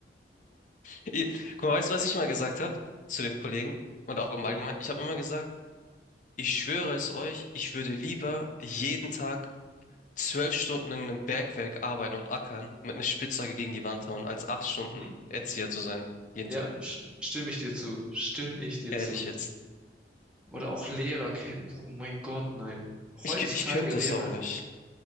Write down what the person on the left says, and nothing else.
Ich, guck mal, weißt du, was ich immer gesagt habe zu dem Kollegen und auch im
Allgemeinen? Ich habe immer gesagt, ich schwöre es euch, ich würde lieber jeden Tag zwölf Stunden in einem Bergwerk arbeiten und ackern, mit einer Spitzhacke gegen die Wand hauen, als acht Stunden
Erzieher zu sein, jeden
Tag.
Ehrlich
jetzt.
Ich,
k- ich könnte
es auch nicht.